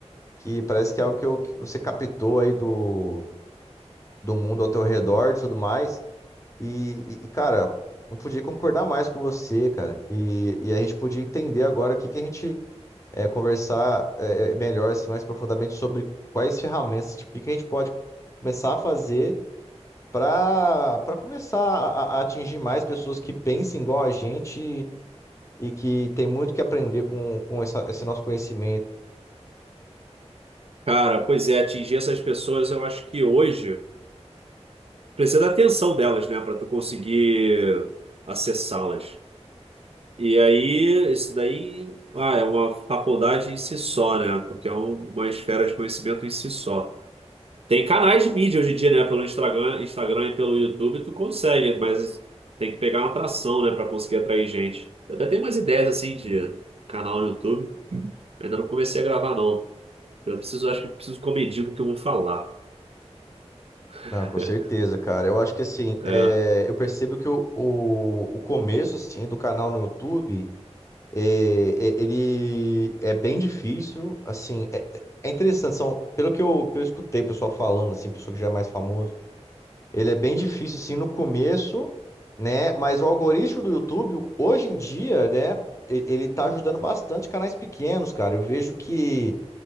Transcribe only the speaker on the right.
Cara, pois é, atingir essas pessoas, eu acho que hoje precisa da atenção delas, né, para tu conseguir acessá-las. E aí, isso daí, ah, é uma faculdade em si só, né, porque é um- uma esfera de conhecimento em si só. Tem canais de mídia hoje em dia, né, pelo Instagram, Instagram e pelo YouTube, tu consegue, mas tem que pegar uma atração, né, para conseguir atrair gente. Eu até tenho umas ideias, assim, de canal no YouTube. Ainda não comecei a gravar, não. Eu preciso, acho que eu preciso commedir o que eu vou falar. <laughs>
É,